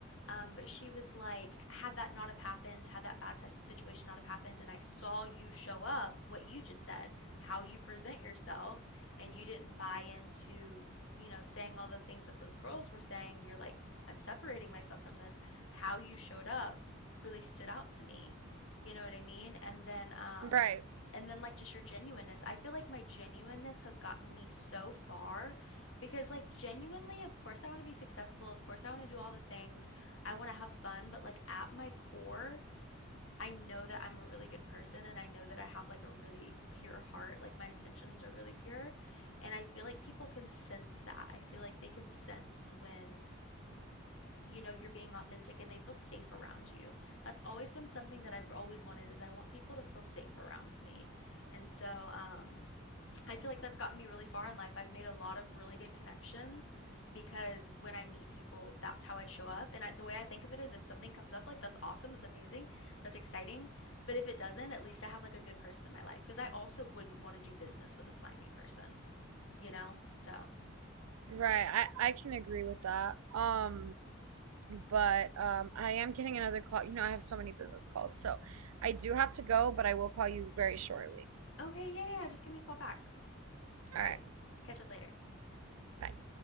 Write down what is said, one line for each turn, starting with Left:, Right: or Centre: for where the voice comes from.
Left: Um, but she was like, had that not have happened, had that bad situation not have happened, and I saw you show up, what you just said, how you present yourself, and you didn't buy into you know, saying all the things that those girls were saying, you're like, I'm separating myself from this. How you showed up really stood out to me. You know what I mean? And then, um,
Right: Right.
Left: and then like just your genuineness. I feel like my genuineness has gotten me so far because like genuinely, of course I want to be successful. Of course I want to do all the things. I want to have fun, but like at my core, I know that I'm a really good person and I know that I have like a really pure heart, like my intentions are really pure. And I feel like people can sense that. I feel like they can sense when, you know, you're being authentic and they feel safe around you. That's always been something that I've always wanted is I want people to feel safe around me. And so, um, I feel like that's gotten me really far in life. I've made a lot of really good connections because when I meet people, that's how I show up. And I, the way I think of it is if something comes up, like that's awesome, that's amazing, that's exciting. But if it doesn't, at least I have like a good person in my life because I also wouldn't want to do business with a slimy person, you know? So,
Right: Right. I I can agree with that. Um, but um I am getting another call. You know, I have so many business calls. So I do have to go, but I will call you very shortly.
Left: okay, yeah, yeah, yeah, just give me a call back.
Right: All
Left: All
Right: right.
Left: right, catch up later.
Right: Bye.